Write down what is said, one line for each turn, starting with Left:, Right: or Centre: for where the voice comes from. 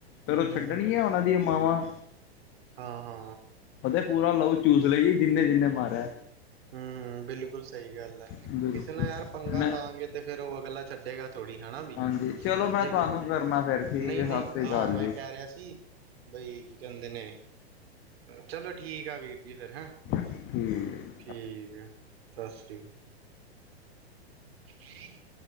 Left: ਫੇਰ
Right: ਹੂੰ-ਹੂੰ
Left: ਉਹ ਛੱਡਣੀਆਂ ਉਹਨਾਂ ਦੀਆਂ ਮਾਵਾਂ।
Right: ਹਾਂ-ਹਾਂ।
Left: ਪਤਾ ਪੂਰਾ ਲਊ ਚੂਸ ਲੈ ਗੀ ਜਿੰਨੇ-ਜਿੰਨੇ ਮਾਰਿਆ।
Right: ਹੂੰ, ਹੂੰ ਬਿਲਕੁਲ ਸਹੀ ਗੱਲ ਆ।
Left: ਬਿਲਕੁਲ
Right: ਕਿਸੇ ਨਾਲ ਯਾਰ ਪੰਗਾ
Left: ਮੈਂ
Right: ਲਾਵਗੇ ਤੇ ਫੇਰ ਉਹ ਅਗਲਾ ਛੱਡੇਗਾ। ਥੋੜੀ ਹੈ ਵੀ।
Left: ਹਾਂਜੀ ਚਲੋ ਮੈਂ
Right: ਜੇ
Left: ਤੁਹਾਨੂੰ
Right: ਗੱਲ
Left: ਕਰਨਾ ਫਿਰ ਠੀਕ
Right: ਨਹੀਂ-ਨਹੀਂ
Left: ਹੈ ਸਤਿ ਸ਼੍ਰੀ ਅਕਾਲ
Right: ਆਹ ਮੈਂ
Left: ਜੀ
Right: ਕਹਿ ਰਿਹਾ ਸੀ ਬਈ ਕੀ ਕਹਿੰਦੇ ਨੇ। ਚਲੋ ਠੀਕ ਆ, ਵੀਰ ਜੀ ਫੇਰ ਹੈਂ।
Left: ਠੀਕ ਆ ਜੀ।
Right: ਠੀਕ ਹੈ। ਸਾਸਰੀ <inaudible>